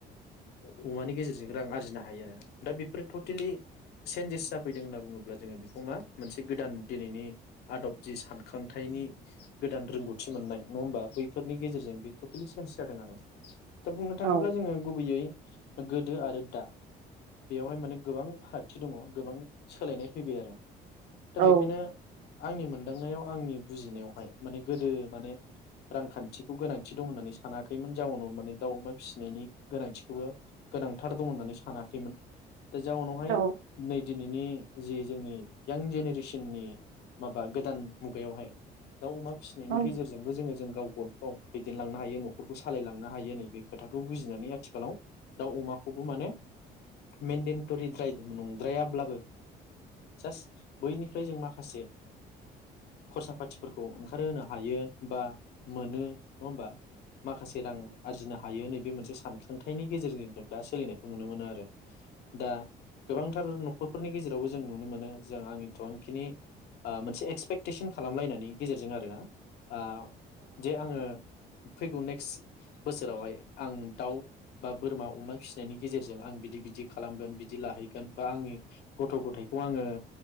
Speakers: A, on the left; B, on the right.
A: अमानि गेजेरजों रां आरजिनो हायो आरो दा बेफोरो टटेलि चन्जेस जाफैदों होनना बुङोब्ला जोङो बेखौ मा मोनसे गोदान दिनैनि आदब जि सानखांथनि गोदान रोंगौथि मोननाय नङा होमबा बैफोरनि गेजेरजों बे टटेलि चेन्ज जादों आरो दा बुंनो थाङोब्ला
B: औ
A: जोङो गुबैयै गोदो आरो दा बेयावहाय माने गोबां फारागथि दङ गोबां सोलायनाय फैबाय आरो दा
B: औ
A: बेखायनो नो आंनि मोनदांनायाव आंनि बुजिनायावहाय माने गोदो माने रांखान्थिखौ गोनांथि दं होननानै सानाखैमोन जाउनाव माने दाउ अमा फिसिनायनि गोनांथिखौबो गोनांथार दं होननानै सानाखैमोन दा जाउनावहाय
B: औ
A: नै दिनैनि जि जोंनि यां जेनेरेसननि माबा गोदान मुगायावहाय दाउ अमा फिसिनायनि
B: औ
A: गेजेरजोंबो जोङो जों गावखौ औ दैदेनलांनो हायो न'खरखौ सालायलांनो हायो नै बे खोथाखौ बुजिनानै आथिखालाव दाउ अमाखौबो माने मेेनडेट'रि द्राय नंद्रायाब्लाबो जास्ट बैनिफ्राय जों माखासे खरसा फाथिफोरखौ ओंखारहो हायो बा मोनो नङा हबा माखासे रां आरजिनो हागोन नैबे मोनसे सानखांथाइनि गेजेरजों दा सोलिनायखौ नुनो मोनो आरो दा गोबांथार न'खरफोरनि गेजेरावबो जों नुनो मोनो जों आंनि थनखिनि मोनसे एक्सपेक्टेसन खालामलायनायनि गेजेरजों आरोना आ जे आङो फैगौ नेक् एक् बोसोरावहाय आं दाउ बा बोरमा अमा फिसिनायनि गेजेरजों आं बिदि बिदि खालामगोन बिदि लाहैगोन बा आंनि गथ' गथायखौ आङो